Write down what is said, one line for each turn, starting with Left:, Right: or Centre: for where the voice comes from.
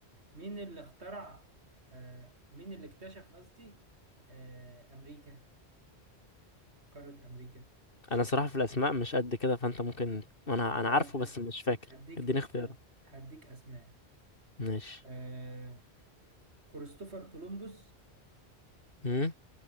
Right: مين اللي اخترع آه مين اللي اكتشف قصدي آه امريكا قارة امريكا الشمال
Left: انا صراحة في الاسماء مش قد كده فانت ممكن انا انا
Right: خلاص
Left: عارفه
Right: هديك
Left: بس مش فاكر
Right: هديك
Left: اديني اختيارات
Right: هديك اسماء
Left: ماشي
Right: آه كريستوفر كولومبوس
Left: مم؟